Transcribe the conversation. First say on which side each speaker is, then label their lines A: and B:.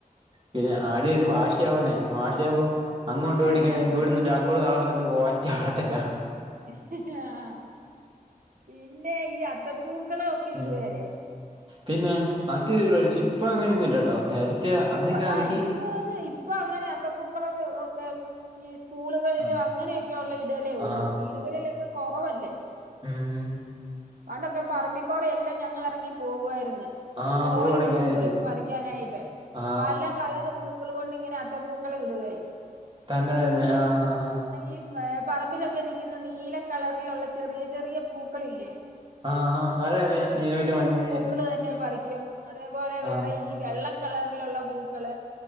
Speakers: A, on the right; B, on the right.
A: പിന്നെ ആടി ആടി വാശിയാവുന്നേ വാശിയാ അങ്ങ കൊണ്ടുപോയി
B: ആഹ് ആഹ്
A: <unintelligible> കൂ നടന്നിട്ട് ഒറ്റ ആട്ടല്ല
B: ആഹ പിന്നെ ഈ അത്തപ്പൂക്കളൊക്കെ
A: ഉം
B: ഇടുവല്ലേ
A: പിന്നെ <unintelligible> ഇപ്പങ്ങനെയൊന്നുംല്ലട്ടോ നേരത്തെ
B: ഇപ്പൊ
A: അന്നൊക്കെ ആണെങ്കി
B: ആഹ് ഇപ്പൊ ഇപ്പൊ അങ്ങനെയാത്ത പൂക്കള ഒ ഒക്കെ ഈ സ്കൂളുകളിലും
A: ആ
B: അങ്ങനെയൊക്കെയ ഉള്ള ഇടലേ ഉള്ളൂ
A: ആ
B: വീടുകളിലൊക്കെ കൊറവല്ലേ
A: ആഹ്
B: പണ്ടൊക്കെ പറമ്പിക്കോടെ എല്ലാം ഞങ്ങൾ ഇറങ്ങി പോകുവായിര്ന്ന്
A: ആ
B: ഓരോ
A: പൂ പറിക്കാനായിട്ട്
B: പൂക്കളും പറിക്കാനായിട്ട്
A: ആ
B: പല കളറ് പൂക്കൾ കൊണ്ട് ഇങ്ങനെ അത്ത പൂക്കളെ ഇടുവായി
A: തന്നെ തന്നെ ആഹ് ആ ആഹ
B: ഈ പറമ്പിലൊക്കെ നിക്കുന്ന നീല കളറിലുള്ള ചെറിയ ചെറിയ പൂക്കളില്ലേ
A: ആഹ് ആഹ് അത അറിയാം നീല മഞ്ഞ്
B: പൂക്കള് തന്നെ പറിക്കും അതേപോലെ വേറെ
A: ആ
B: ഈ വെള്ളക്കളറിലുള്ള പൂക്കള്